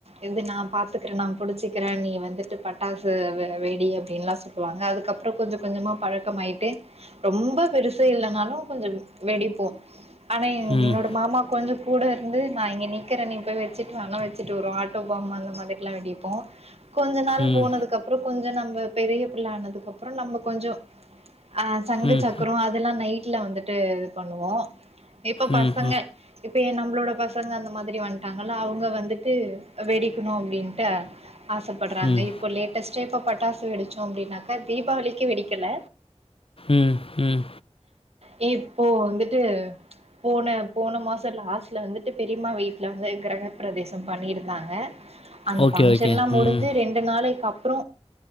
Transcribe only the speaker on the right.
இது நா பாத்துக்குறே நா புடுச்சுக்குறே நீ வந்துட்டு பட்டாசு வெ வெடி அப்டின்லா சொல்லுவாங்க அதுக்கப்ற கொஞ்ச கொஞ்சமா பழக்கமாய்ட்டு ரொம்ப பெருசே இல்லனாலு கொஞ்சம் வெடிப்போ ஆன
என்னோட மாமா கொஞ்சக் கூட வந்து நா இங்க நீக்கறே நீ போய் வச்சிட்டு வானா வச்சுட்டு வருவோ ஆட்டோ பாம் அந்த மார்லா வெடிப்போ கொஞ்ச நாள்
போனதுக்கப்றோ கொஞ்சோ நம்ப பெரிய பிள்ள ஆனதுக்கு அப்றோ நம்ம கொஞ்சோ ஆ சங்கு
சக்கர அதெல்லா நைட் வீட்ல வந்துட்டு இது பண்ணுவோ இப்ப பசங்க
இப்ப எ நம்மளோட பசங்க அந்த மாதிரி வந்துட்டாங்கல்ல அவுங்க வந்துட்டு வெடிக்கணு அப்படின்ட்டு ஆசப்படுறாங்க
இப்ப லேட்டஸ்ட இப்ப பட்டாசு வெடிச்சோ அப்பிடின்னாக்கா தீபாவளிக்கு வெடிக்கல
ஏ இப்போ வந்துட்டு போன போன மாச லாஸ்ட்ல வந்துட்டு பெரிமா வீட்டுல வந்து கிரகப்பிரவேசம் பண்ணிருந்தாங்க அந்த
பங்க்ஷன்
எல்லா முடிஞ்சு
ரெண்டு நாளைக்கு அப்ற